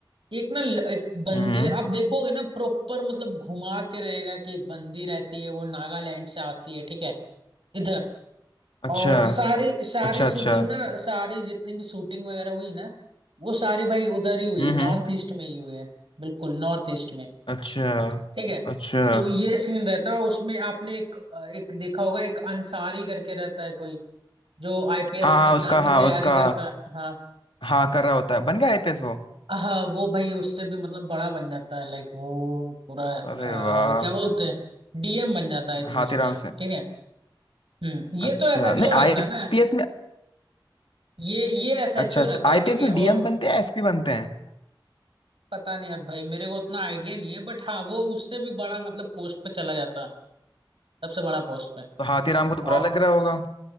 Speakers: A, on the right; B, on the left.
A: एक ना ल- एक बंदी
B: हम्म
A: रह- आप देखोगे ना प्रॉपर मतलब घुमा के रहेगा कि एक बंदी रहती है वो नागालैंड से आती है ठीक है इधर
B: अच्छा
A: और सारी सारी
B: अच्छा
A: शूटिंग
B: अच्छा
A: ना सारी जितनी भी शूटिंग वगैरह हुई ना वो सारी भाई उधर ही हुई
B: हम्म
A: है नॉर्थ
B: हम्म
A: ईस्ट में ही हुई है बिल्कुल नॉर्थ ईस्ट में
B: अच्छा
A: ठीक है
B: अच्छा
A: तो ये सीन रहता है उसमें आपने एक एक देखा होगा एक अंसारी करके रहता है कोई जो आईपीएस
B: हाँ हाँ
A: एग्जाम
B: उसका हाँ
A: की तैयारी
B: उसका
A: करता है हाँ
B: हाँ कर रहा होता है बन गया आईपीएस वो
A: हाँ वो भाई उससे भी मतलब बड़ा बन जाता है लाइक वो पूरा अ,
B: अरे वाह
A: क्या बोलते हैं डीएम बन जाता है आई
B: हाथीराम
A: थिंक उसमें
B: से
A: ठीक है हम्म ये
B: अच्छा
A: तो एसएचओ
B: नहीं
A: रहता
B: आईपीएस
A: है ना
B: में
A: ये ये एसएचओ
B: अच्छा अच्छा
A: रहता है
B: आईपीएस
A: ठीक है
B: में
A: और
B: डीएम बनते हैं एसपी बनते हैं
A: पता नहीं अब भाई मेरे को उतना आइडिया नहीं है बट हाँ वो उससे भी बड़ा मतलब पोस्ट पे चला जाता है सबसे बड़ा पोस्ट पे
B: तो हाथीराम को तो बुरा
A: और
B: लग रहा होगा